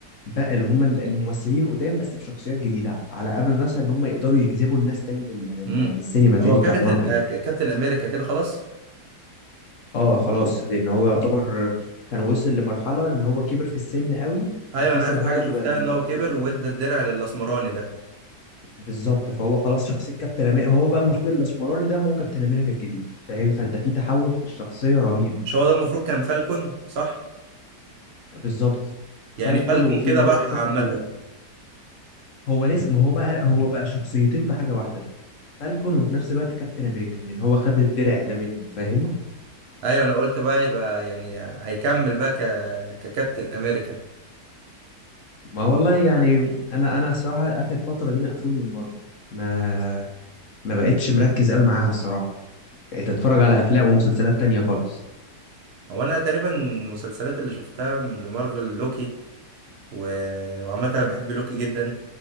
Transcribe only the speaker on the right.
امم
هو كابتن
آه، ك- كابتن امريكا كده خلاص
ايوه
انا اخر
حاجه
شفتها
ان هو كبر
وادى الدرع للاسمراني ده
مش هو ده المفروض كان فالكون صح
يعني
فالكون
كده
بح
عامه
ايوه انا قلت بقى يبقى يعني هيكمل بقى ك... ككابتن امريكا
هو انا تقريبا المسلسلات اللي شفتها من- لمارفل لوكي و... وعامة انا بحب لوكي جدا